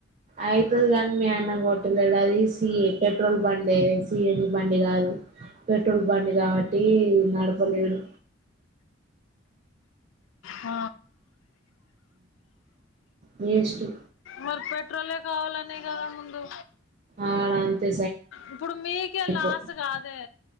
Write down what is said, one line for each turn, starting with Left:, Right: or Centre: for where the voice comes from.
Right: అయితది కానీ మీ అన్న కొట్టలేడు అది సి ఏ పెట్రోల్ బండి సి ఎన్ జి బండి కాదు పెట్రోల్ బండి కాబట్టి నడపలేడు
Left: ఆ
Right: వేస్టు
Left: మరి పెట్రోలే కావాలనే కదా ముందు
Right: ఆడంతే
Left: ఇప్పుడు మీకే
Right: సైకో
Left: లాస్ కాదె